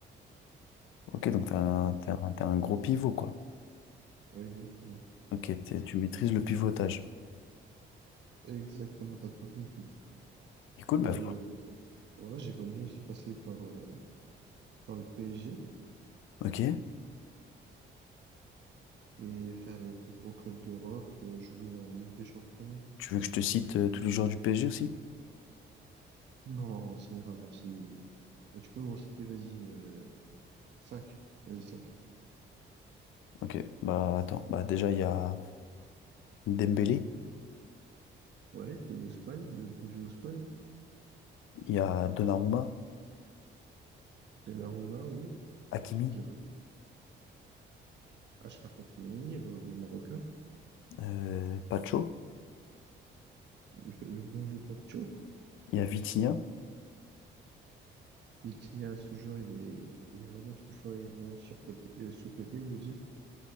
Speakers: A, on the left; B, on the right.
A: Ok, donc t'as un, t'as un, t'as un gros pivot, quoi.
B: Ouais, exactement.
A: Ok, t'es- tu maîtrises le pivotage.
B: Exactement, t'as tout compris.
A: Écoute,
B: Et
A: bah,
B: euh, voilà, j'aimerais bien aussi passer par, euh, par le PSG
A: Ok.
B: et faire les plus gros clubs d'Europe, euh, jouer en Ligue des Champions.
A: Tu veux que je te cite euh, tous les joueurs du PSG aussi?
B: Non, ça ira, merci. Mais tu peux m'en citer, vas-y, euh, cinq Vas-y, cinq
A: Ok. Bah attends. Bah déjà il y a Dembélé,
B: Ouais, de Ousmane, le bon vieux Ousmane,
A: il y a Donnarumma,
B: de Donnarumma, oui,
A: Hakimi,
B: qui va. Achraf Hakimi, euh, le Marocain,
A: euh, Pacho,
B: le, le bon vieux Pacho,
A: il y a Vitinha,
B: et qui à ce jour il est, il est vraiment trop fort, il est vraiment surcoté, euh, sous-coté, je veux dire.